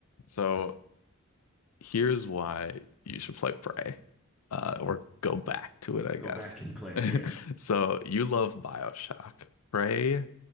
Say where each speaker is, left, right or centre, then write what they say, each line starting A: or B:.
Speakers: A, on the left; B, in the centre.
A: So here's why you should play Prey, uh, or go back to it, I guess.
B: Go back and play
A: <laughs>
B: it. Yeah.
A: So you love BioShock. Prey